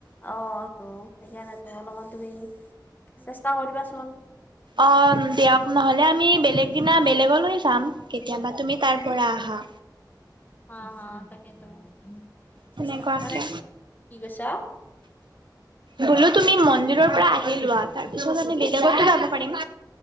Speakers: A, on the left; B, on the right.
A: অ, তো সেইকাৰণে অলপমান তুমি চেষ্টা কৰিবাচোন।
B: অ, দিয়ক নহ'লে আমি বেলেগ দিনা বেলেগত য কেতিয়াবা তুমি তাৰ পৰা আহা।
A: হা - হা তাকেইতো
B: সেনেকুৱাকে
A: চেষ্টা কৰে কি কৈছা?
B: বোলো তুমি মন্দিৰৰ পৰা আহি লোৱা। তাৰপিছত আমি বেলেগতো যাব পাৰিম